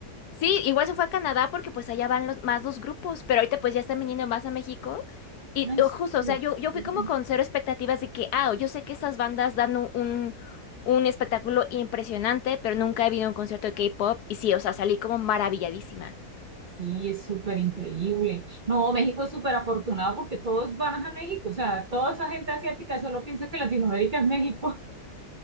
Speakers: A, on the left (about 80°); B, on the right (about 45°).
A: sí, igual se fue a Canadá porque pues allá van los, más los grupos, pero ahorita pues ya están viniendo más a México. Y
B: Ay, sí,
A: o justo, o sea, yo,
B: sí,
A: yo fui como con cero expectativas de que, ah, yo sé que estas bandas dan un, un, un espectáculo impresionante, pero nunca he visto un concierto de K-pop. Y sí, o sea, salí como maravilladísima.
B: Sí, es súper increíble. No, México es súper afortunado porque todos van a México. O sea, toda esa gente asiática solo piensa que Latinoamérica es México.